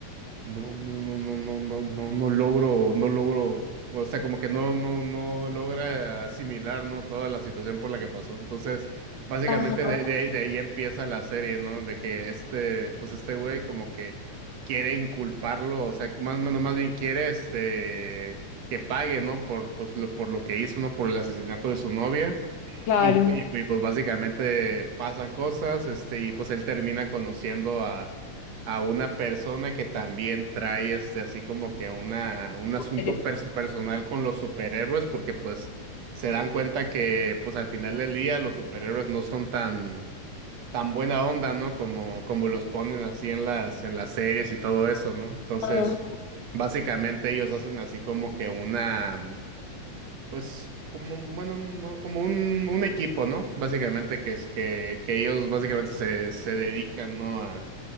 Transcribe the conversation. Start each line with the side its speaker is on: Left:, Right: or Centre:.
Right: No, no, no, no, no, no, no, no logro, no logro, o sea, como que no, no, no logra asimilar, ¿no? Toda la situación por la que pasó. Entonces, básicamente
Left: Ajá.
Right: de, de ahí de ahí empieza la serie, ¿no? De que este, pues este güey como que quiere inculparlo, o sea, más, bueno, más bien quiere este, que pague, ¿no? Por, pues, lo, por lo que hizo, ¿no? Por el asesinato de su novia.
Left: Claro.
Right: Y, pues y, pu- pues básicamente pasan cosas, este, y pues él termina conociendo a una persona que también trae este así como que una un asunto
Left: Eres-
Right: pers- personal con los superhéroes porque pues se dan cuenta que pues al final del día los superhéroes no son tan tan buena onda, ¿no? Como como los ponen así en las en las series y todo eso, ¿no? Entonces,
Left: Ajá,
Right: básicamente ellos hacen así como que una pues como, bueno, no, como un, un equipo, ¿no? Básicamente que es que, que ellos básicamente se, se dedican, ¿no? A,